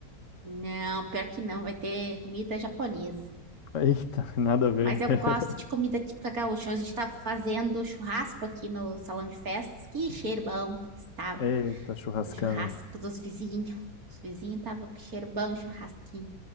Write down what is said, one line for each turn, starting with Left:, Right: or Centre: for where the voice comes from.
Right: Não, pior que não, vai ter comida japonesa.
Left: Eita, <laughs> nada a ver.
Right: Mas eu gosto
Left: <laughs>
Right: de comida típica gaúcha. Hoje a gente estava fazendo churrasco aqui no salão de festas. Que cheiro bom que estava
Left: Eita, churrascão.
Right: do churrasco dos vizinhos. Os vizinhos estavam com cheiro bom, churrasquinho.